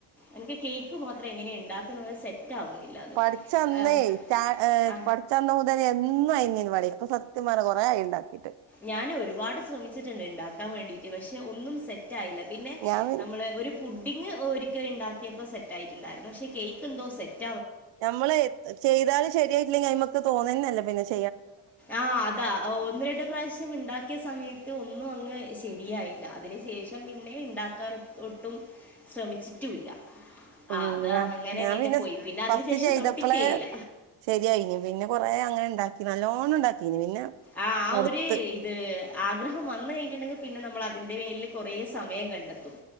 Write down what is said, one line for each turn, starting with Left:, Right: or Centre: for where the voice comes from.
Centre: എനിക്ക് കേക്ക് മാത്രം എങ്ങനെ ണ്ടാക്കുന്നത് സെറ്റ് ആവുന്നില്ല അത്
Right: പഠിച്ചന്നേ
Centre: ആ,
Right: ച ഏ
Centre: ആ,
Right: പഠിച്ചന്ന് മുതല് എന്നും അയ്ങ്കൻവാടിയിൽ പോ ഇപ്പോ സത്യംപറഞ്ഞാ കൊറെ ആയി ണ്ടാക്കീട്ട്
Centre: ഞാന് ഒരുപാട് ശ്രമിച്ചിട്ടുണ്ട് ഇണ്ടാക്കാൻ വേണ്ടീട്ട് പക്ഷെ ഒന്നും സെറ്റ ക്കയില്ല പിന്നെ
Right: ഞാൻ പി
Centre: നമ്മള് ഒരു പു ഡിങ്ങ് ഒരിക്കെ ഇണ്ടാക്കിയപ്പോ സെറ്റായിട്ടുണ്ടായിരുന്നു പക്ഷേ കേക്ക് എന്തോ സെറ്റ
Right: നമ്മള് ചെയ്താല് ശരിയായിട്ടില്ലെങ്കില് അയ്മക്ക് തോന്നന്നെല്യാ പിന്നെ ചെ
Centre: ആ അതാ ഒന്ന് രണ്ട് പ്രാവശ്യം ഇണ്ടാക്യാ സമയത് ഒന്നും അങ്ങ് ശരിയായില്ല അതിന് ശേഷം പിന്നെ ഇണ്ടാക്കാനൊട്ടും ശ്രമിച്ചിട്ടുല്ല
Right: ഉം
Centre: ആഹ് അത്
Right: ഞ
Centre: അങ്ങനെ
Right: ഞാൻ പിന്നെ
Centre: പോയി അതിന്
Right: ഫസ്റ്റ്
Centre: ശേഷം
Right: ചെയ്തപ്പളെ
Centre: തൊട്ടിട്ടേ ഇല്ല
Right: ശെരിയായിനി പിന്നെ കൊറെ അങ്ങന ണ്ടാക്കി നല്ലോണണ്ടാക്കീനി പിന്നെ
Centre: ആ ആ
Right: മടുത്ത്
Centre: ഒര് ഇത് ആഗ്രഹം വന്ന് കഴിഞ്ഞിട്ട്ണ്ടെങ്കി പിന്നെ നമ്മൾ അതിന്റെ മേൽല് കൊറേ സമയം കണ്ടെത്തും